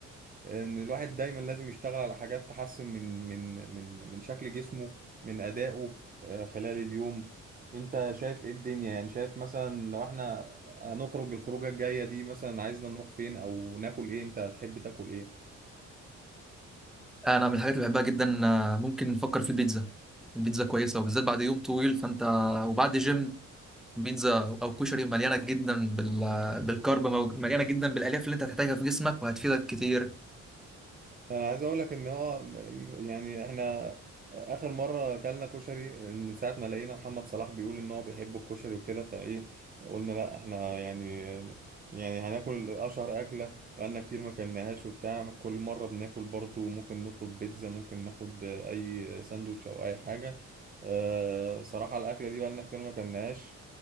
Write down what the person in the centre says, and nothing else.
انا من الحاجات اللي بحبها جدا آه، ممكن نفكر في البيتزا البيتزا كويسه وبالذات بعد يوم طويل فانت وبعد جيم بيتزا او كشري مليانه جدا بال... بالكارب مليانه جدا بالالياف اللي انت هتحتاجها في جسمك وهتفيدك كتير